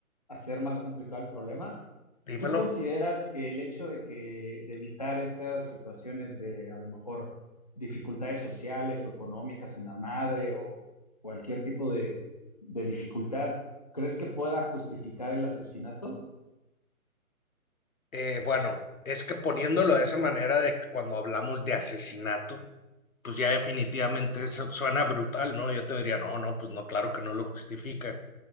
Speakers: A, on the left; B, on the left.
A: hacer más complicado el problema.
B: Dímelo.
A: ¿Tú consideras que el hecho de que de evitar estas situaciones de a lo mejor dificultades sociales o económicas en la madre o cualquier tipo de, de dificultad, crees que pueda justificar el asesinato?
B: Eh, bueno, es que poniéndolo de esa manera de que cuando hablamos de asesinato, pues ya definitivamente eso suena brutal, ¿no? Yo te diría, no, no, pues no, claro que no lo justifica,